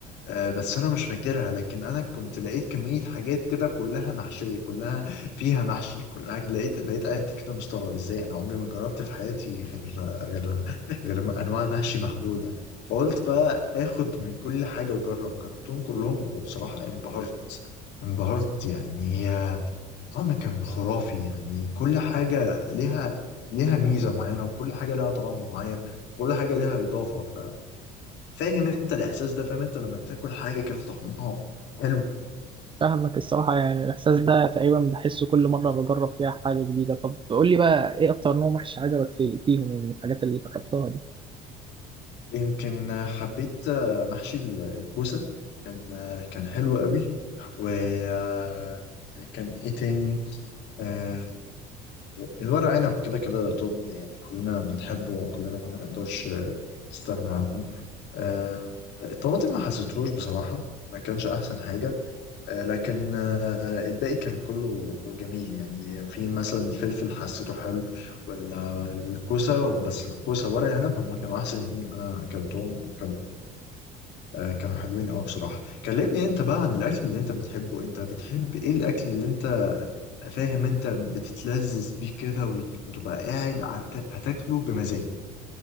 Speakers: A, on the left; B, on the right.
A: آه، بس انا مش فاكرها لكن انا كنت لقيت كمية حاجات كده كلها محشية كلها فيها محشي كلها لقيت بقيت قاعد كده مستغرب ازاي انا عمري ما جربت في حياتي غير غير غير انواع محشي محدودة فقلت بقى اخد من كل حاجة واجرب جربتهم كلهم وبصراحة انبهرت انبهرت يعني آه، طعم كان خرافي يعني كل حاجة ليها ليها ميزة معينة وكل حاجة ليها طعم معين كل حاجة ليها إضافة فاهم انت الاحساس ده فاهم انت لما تاكل حاجه كده طعمها حلو
B: فاهمك الصراحة يعني الإحساس ده تقريبا بحسه كل مرة بجرب فيها حاجة جديدة طب قول لي بقى إيه أكتر نوع محشي عجبك في فيهم يعني من الحاجات اللي جربتها دي
A: يمكن آه، حبيت آه، محشي ال- الكوسه كان آه، كان حلو قوي وكان ايه تاني آه، الورق عنب كده كده طب يعني كلنا بنحبه وكلنا ما نقدرش آه، نستغنى عنه آه، الطماطم ما حسيتهوش بصراحه ما كانش احسن حاجه آه، لكن آه، الباقي كان كله جميل يعني في مثلا الفلفل حسيته حلو والكوسة بس الكوسة ورق العنب هما كانوا أحسن اتنين أنا أكلتهم وكانوا آه، كانوا حلوين أوي بصراحة كلمني أنت بقى عن الأكل اللي أنت بتحبه أنت بتحب إيه الأكل اللي أنت فاهم أنت بتتلذذ بيه كده وي- وتبقى قاعد عت- هتاكله بمزاج